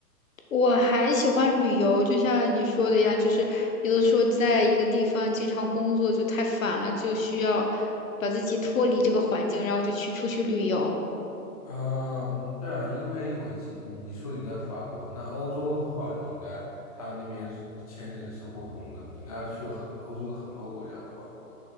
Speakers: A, on the left; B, on the left.
A: 我还喜欢旅游，就像你说的一样，就是有的时候在一个地方经常工作就太烦了，就需要把自己脱离这个环境，然后就去出去旅游。
B: 啊，嗯对啊，因为我记你说你在法国，那欧洲的话，你应该他那边是签证是互通的，你应该去很多欧洲的很多国家都玩过。